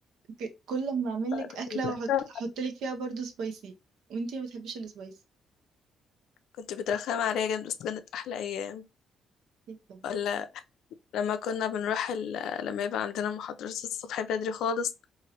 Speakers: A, on the right; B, on the left.
A: ك- كل ما اعمل
B: كنت
A: لك اكله
B: بترخم
A: واحط احط لك فيها برضو سبايسي وانتي ما بتحبيش السبايسي
B: كنت بترخم عليها جامد بس كانت أحلى أيام
A: ليه طبعا
B: ولا لما كنا بنروح ال... لما يبقى عندنا محاضرات الصبح بدري خالص